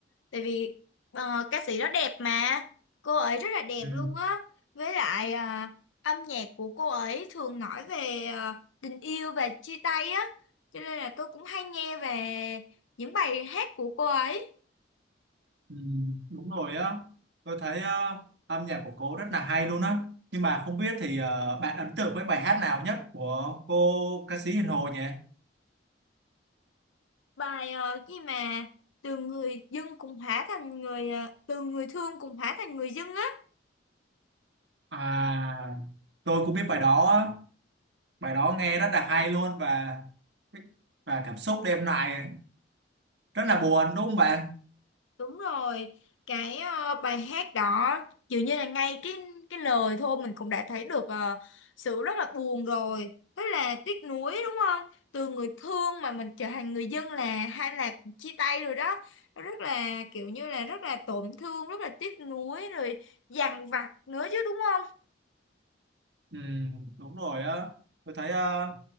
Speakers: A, on the left (about 80°); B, on the right (about 60°).
A: tại vì ờ, ca sĩ đó đẹp mà, cô ấy rất là đẹp
B: Ừ.
A: luôn á, với lại ờ, âm nhạc của cô ấy thường nói về ờ, tình yêu và chia tay á, cho nên là tôi cũng hay nghe về những bài hát của cô ấy,
B: Ừ, đúng rồi á tôi thấy ờ, âm nhạc của cô rất là hay luôn á nhưng mà không biết thì ờ, bạn ấn tượng với bài hát nào nhất của cô ca sĩ Hiền Hồ nhỉ
A: bài ờ, gì mà từ người dưng cũng hóa thành người, ờ, từ người thương cũng hóa thành người dưng á.
B: à tôi cũng biết bài đó á. bài đó nghe rất là hay luôn và và cảm xúc đêm lại rất là buồn đúng không bạn
A: Đúng rồi, cái ờ, bài hát đó dường như là ngay cái cái lời thôi mình cũng đã thấy được ờ, sự rất là buồn rồi. Thế là tiếc nuối đúng không? Từ người thương mà mình trở thành người dân là hay là chia tay rồi đó. Nó Rất là kiểu như là rất là tổn thương, rất là tiếc nuối rồi dằn vặt nữa chứ đúng không?
B: ừ, đúng rồi á tôi thấy ờ,